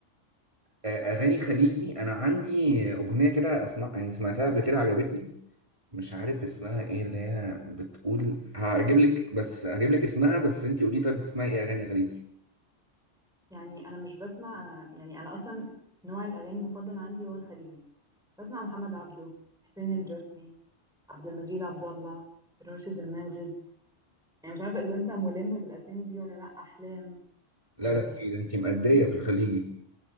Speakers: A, on the right; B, in the centre.
A: آه، اغاني خليجي انا عندي اغنيه كده اسمع يعني سمعتها قبل كده عجبتني مش عارف اسمها ايه اللي هي بتقول هجيب لك بس هجيب لك اسمها بس انت قولي طيب بتسمعي ايه اغاني خليجي
B: يعني انا مش بسمع يعني انا اصلا نوع الاغاني المفضل عندي هو الخليجي بسمع محمد عبده حسين الجسمي عبد المجيد عبد الله راشد الماجد يعني مش عارفه اذا انت ملم بالاسامي دي ولا لا احلام
A: لا
B: يعني
A: ده انت ده انت مأدية في الخليجي